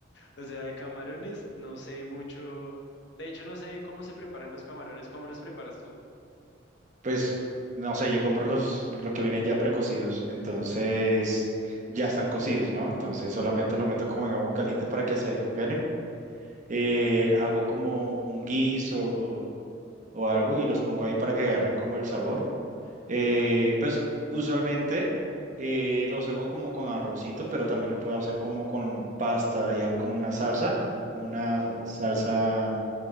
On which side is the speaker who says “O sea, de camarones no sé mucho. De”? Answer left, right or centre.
Left